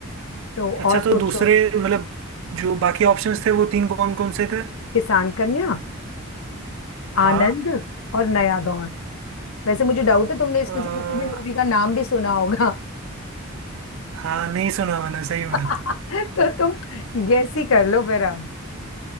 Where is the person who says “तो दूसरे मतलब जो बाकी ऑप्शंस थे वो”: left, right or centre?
Right